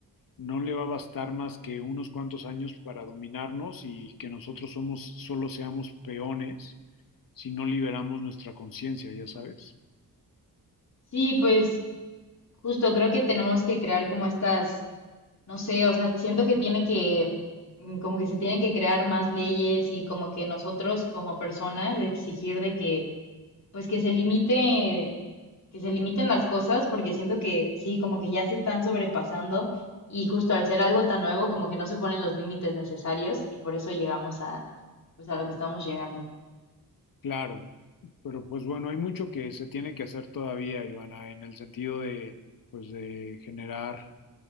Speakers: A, on the left; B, on the left.
A: no le va a bastar más que unos cuantos años para dominarnos y que nosotros somos solo seamos peones si no liberamos nuestra conciencia, ya sabes.
B: Sí, pues justo creo que tenemos que crear como estas, no sé, o sea, siento que tiene que, mm, como que se tienen que crear más leyes y como que nosotros como personas exigir de que, pues que se limite que se limiten las cosas porque siento que sí, como que ya se están sobrepasando y justo al ser algo tan nuevo, como que no se ponen los límites necesarios y por eso llegamos a, pues a lo que estamos llegando.
A: Claro, pero pues bueno, hay mucho que se tiene que hacer todavía, Ivana, en el sentido de pues de generar